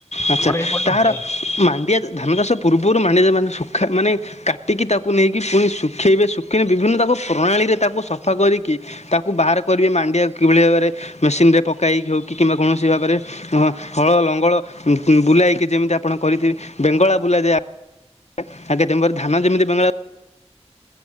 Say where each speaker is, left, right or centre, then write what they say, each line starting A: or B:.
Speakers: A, on the left; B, on the left.
A: ଆଛା
B: ଆମର ଏଇପଟେ
A: ତାହାର
B: ହୁଏ।
A: ମାଣ୍ଡିଆ ଧାନଚାସ ପୂର୍ବରୁ <unintelligible> ମାନେ ଶୁଖା ମାନେ କାଟିକି ତାକୁ ନେଇକି ପୁଣି ଶୁଖେଇବେ ଶୁଖେଇେ ବିଭିନ୍ନ ତାକୁ ପ୍ରଣାଳୀ ରେ ତାକୁ ସଫା କରି କି ତାକୁ ବାହାର କରିବେ ମାଣ୍ଡିଆକୁ କିଭଳି ଭାବରେ ମେସିନରେ ପକାଇକି ହୋଉ କି କିମ୍ବା କୌଣସି ଭାବରେ ହଳ ଲଙ୍ଗଳ ଉଁ ବୁଲାଇକି ଯେମିତି ଆପଣ କରିଥିବେ ବେଙ୍ଗଳା ବୁଲାଯାଏ ଆ <unintelligible> ଧାନ ଯେମିତି ବେଙ୍ଗଳା